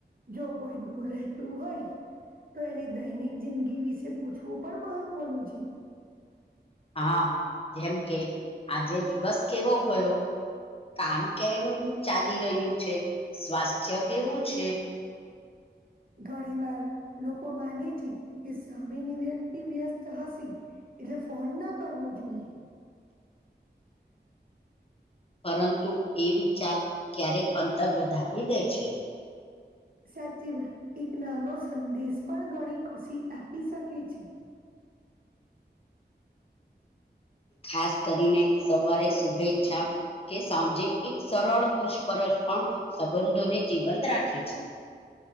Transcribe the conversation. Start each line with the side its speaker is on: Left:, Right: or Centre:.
Right: જો કોઈ દૂર રહેતું હોય તો એની દૈનિક જિંદગી વિશે પૂછવું પણ મહત્વનું છે.
Left: હા જેમ કે આજે દિવસ કેવો ગયો કામ કેવું ચાલી રહ્યું છે, સ્વાસ્થ્ય કેવું છે.
Right: ઘણી વાર લોકો માની છે કે સામની વ્યક્તિ વ્યસ્ત હસી એટલે ફોન ના કરવો જોઈએ.
Left: પરંતુ એ વિચાર ક્યારેક અંતર વધારી
Right: સાચી વાત એક નાનો સંદેશ પણ ઘણી ખુશી આપી શકે છે.
Left: ખાસ કરીને સવારે શુભેચ્છા કે સાંજે એક સરળ પૂછપરછ પણ સંબંધોને જીવંત રાખે છે.